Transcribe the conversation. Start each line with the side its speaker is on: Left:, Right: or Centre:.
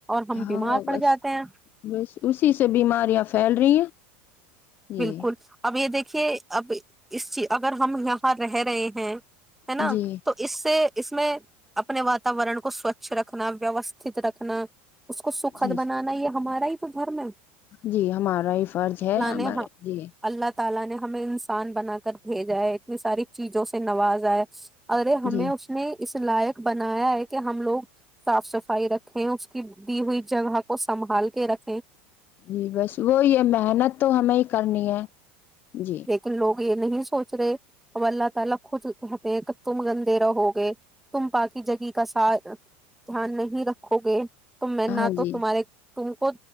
Centre: ہم
Left: ہاں
Centre: بیمار پڑ
Left: بس
Centre: جاتے ہیں
Left: بس اسی سے بیماریاں پھیل رہی ہیں جی
Centre: بالکل اب یہ دیک دیکے اب اس چی اگر ہم یہاں رہ رہے ہیں ہے نا
Left: جی
Centre: تو اس سے اس میں اپنے واتاورن کو سوچھ رکھنا ویوستھت رکھنا اس کو سکھد
Left: جی جی
Centre: بنانا یا ہمارا ہی تو گھر میں
Left: جی ہمارا ہی فرض ہے ہمارے
Centre: نے ہم
Left: جی
Centre: اللہ ت تعالا نے ہمیں انسان بنا کر بھیجا ہے اتنی ساری چیزوں سے نوازائے ارے ہمیں
Left: جی
Centre: اس نے اس لائق بنایا ہے کہ ہم لوگ صاف صفائی رکھے اس کی دی ہوئی جگہ کو سنبھال کے رکھ
Left: جی بس وہی محنت تو ہمیں کرنی ہے جی
Centre: لیکن لوگ یہ نہیں سوچ رہے ا اللہ تعالی ک کہتے ہیں کہ تم گندے رہو گے تم پاکی جگی کا سات دھیان نہیں رکھو گے تو میں نہ
Left: ہاں
Centre: تو
Left: جی
Centre: تمہارے تم کو